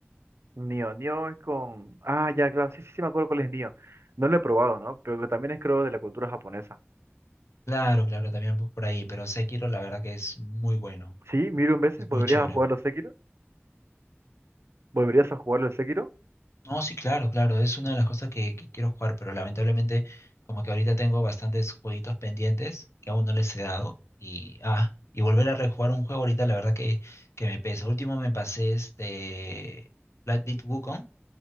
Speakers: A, on the right (about 65°); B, on the left (about 80°).
A: Nioh, Nioh es con... Ah, ya, claro, sí, sí, sí, me acuerdo cuál es Nioh. No lo he probado, ¿no? Pero que también es creo de la cultura japonesa.
B: Claro, claro, también por ahí, pero Sekiro la verdad que es muy bueno,
A: Sí, miro un veces,
B: es
A: ¿volverías
B: muy chévere.
A: a jugarlo Sekiro? ¿Volverías a jugarlo el Sekiro?
B: No, sí, claro, claro, es una de las cosas que, que quiero jugar, pero lamentablemente como que ahorita tengo bastantes jueguitos pendientes que aún no les he dado y ah, y volver a rejugar un juego ahorita la verdad que, que me pesa. Último me pasé este Black Myth Wukong